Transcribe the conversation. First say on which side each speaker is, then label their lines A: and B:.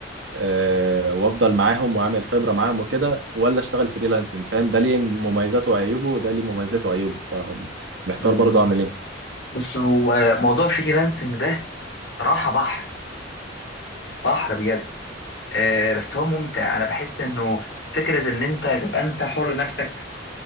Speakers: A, on the right; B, on the left.
A: آه، وافضل معاهم واعمل خبره معاهم وكده ولا اشتغل فريلانسنج فاهم ده ليه مميزاته وعيوبه وده ليه مميزاته وعيوبه فمحتار
B: أمم.
A: برضو اعمل ايه
B: بص هو موضوع فريلانسنج ده صراحة بحر بحر بجد آه بس هو ممتع أنا بحس إنه فكرة إن أنت تبقى أنت حر نفسك